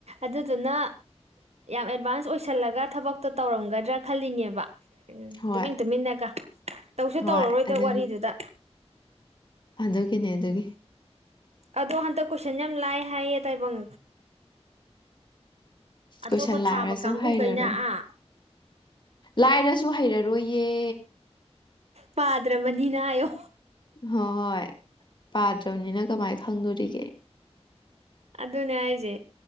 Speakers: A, on the right (about 75°); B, on the left (about 45°).
A: ꯑꯗꯨꯗꯨꯅ ꯌꯥꯝ ꯑꯦꯗꯚꯥꯟꯁ ꯑꯣꯏꯁꯜꯂꯒ ꯊꯕꯛꯇꯣ ꯇꯧꯔꯝꯒꯗ꯭ꯔꯥ ꯈꯜꯂꯤꯅꯦꯕ ꯎꯝ
B: ꯍꯣꯏ
A: ꯇꯨꯃꯤꯟ ꯇꯨꯃꯤꯟꯅꯒ ꯇꯧꯁꯨ
B: ꯍꯣꯏ
A: ꯇꯧꯔꯔꯣꯏꯗꯧ
B: ꯑꯗꯨꯒꯤ
A: ꯋꯥꯔꯤꯗꯨꯗ
B: ꯑꯗꯨꯒꯤꯅꯦ ꯑꯗꯨꯒꯤ
A: ꯑꯗꯣ ꯍꯟꯇꯛ ꯀꯣꯏꯁꯟ ꯌꯥꯝ ꯂꯥꯏ ꯍꯥꯏꯌꯦ ꯇꯥꯏꯕꯪ ꯑꯇꯣꯞꯄ
B: ꯀꯣꯏꯁꯟ ꯂꯥꯏꯔꯁꯨ
A: ꯊꯥꯕ ꯀꯥꯡꯕꯨꯈꯩꯅ
B: ꯍꯩꯔꯔꯣꯏ
A: ꯑꯥ
B: ꯂꯥꯏꯔꯁꯨ ꯍꯩꯔꯔꯣꯏꯌꯦ
A: ꯄꯥꯗ꯭ꯔꯕꯅꯤꯅ ꯍꯥꯏꯌꯣ
B: ꯍꯣꯏ ꯄꯥꯗ꯭ꯔꯕꯅꯤꯅ ꯀꯃꯥꯏꯅ ꯈꯪꯗꯧꯔꯤꯒꯦ
A: ꯑꯗꯨꯅꯦ ꯍꯥꯢꯁꯦ